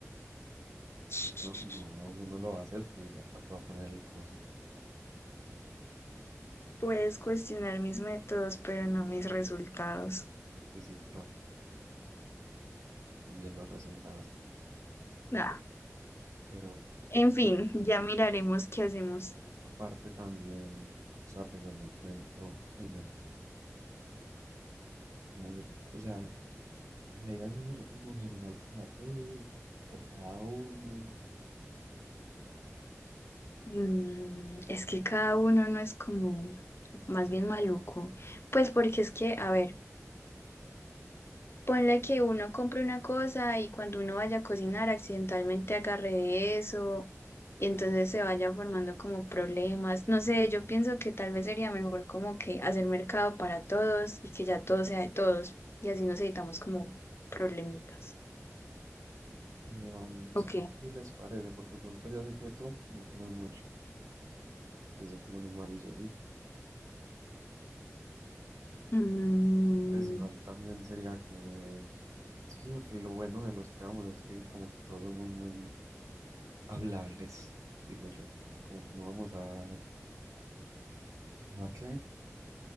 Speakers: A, on the left; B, on the right.
A: <laughs>
B: Pero no, no, si uno lo va a hacer, pues ya para qué va a poner el coso.
A: Puedes cuestionar mis métodos, pero no mis resultados.
B: Y sí, para también los resultados.
A: Ah,
B: Pero,
A: en fin, ya miraremos qué hacemos.
B: Aparte también estaba pensando, por ejemplo, el mercado. Como se- o sea, la idea es hacer uno general para todos o cada uno o qué?
A: Mm, es que cada uno no es como más bien maluco. Pues porque es que, a ver, ponle que uno compre una cosa y cuando uno vaya a cocinar accidentalmente agarre de eso y entonces se vaya formando como problemas. No sé, yo pienso que tal vez sería mejor como que hacer mercado para todos y que ya todo sea de todos y así nos evitamos como problemitas.
B: Pero mm, ¿será
A: Ok.
B: que sí les parece? Porque, por ejemplo, yo sé que tú no comes mucho, pero sé que uno es amarillo, sí.
A: Mm,
B: Pues igual también sería como de... Es que digo que lo bueno de los que vamos es que como que todos somos muy hablables, digo yo. Como que no vamos a... ¿A qué?